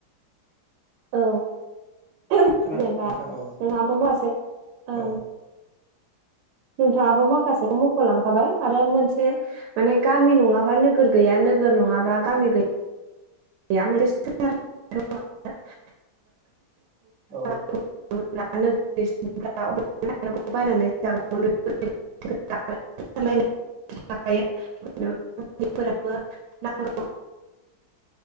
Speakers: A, on the right; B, on the right.
A: औ जेनेबा
B: खोनादों नोंथां
A: नोंहाबो
B: औ
A: माखासे ओं
B: औ
A: नोंथाङाबो माखासेखौ मख'लांखाबाय आरो मोनसे माने गामि नङाबा नोगोर गैया नोगोर नङाबा गामि गै <unintelligible>
B: औ
A: <unintelligible> <unintelligible> <unintelligible> फोराबो नांगौ